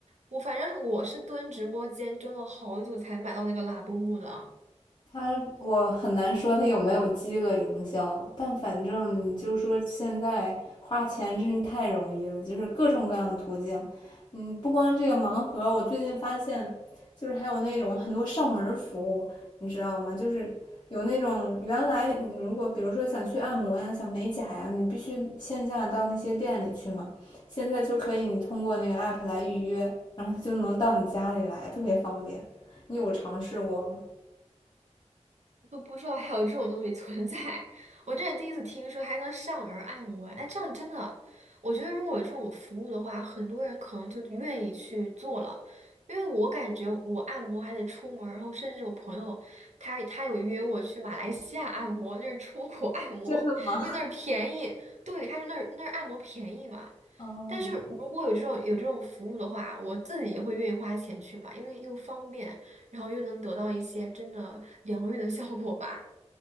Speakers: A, on the right (about 75°); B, on the left (about 40°).
A: 我反正我是蹲直播间蹲了好久才买到那个拉布木的。
B: 他我很难说他有没有饥饿营销，但反正你就说现在花钱真是太容易了，就是各种各样的途径。嗯，不光这个盲盒，我最近发现就是还有那种很多上门服务，你知道吗？就是有那种原来你如果比如说想去按摩呀、想美甲呀，你必须线下到那些店里去嘛，现在就可以你通过那个 app 来预约，然后他就能到你家里来，特别方便。你有尝试过吗？
A: 都不知道还有这种东西存在，我真是第一次听说还能上门按摩。哎，这样真的，我觉得如果有这种服务的话，很多人可能就愿意去做了。因为我感觉我按摩还得出门儿然后甚至我朋友他他有约我去马来西亚按摩，就是出国 <laughs> 按摩，
B: 真的吗？
A: 因为那儿便宜。对，他说那儿那儿按摩便宜嘛，
B: 嗯，
A: 但是如果有这种有这种服务的话，我自己也会愿意花钱去买，因为又方便，然后又能得到一些真的疗愈的效果吧。